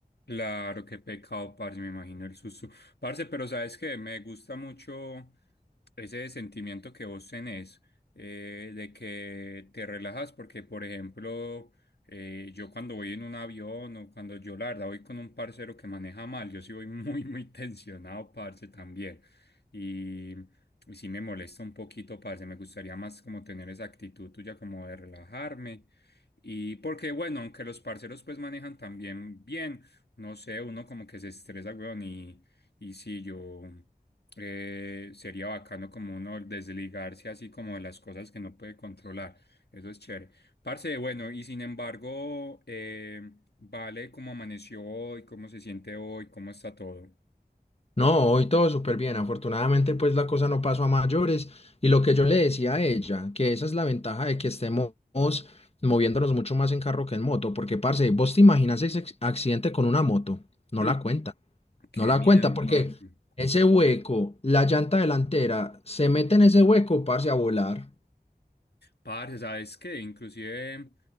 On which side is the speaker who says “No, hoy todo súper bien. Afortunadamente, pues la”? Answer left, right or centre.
Left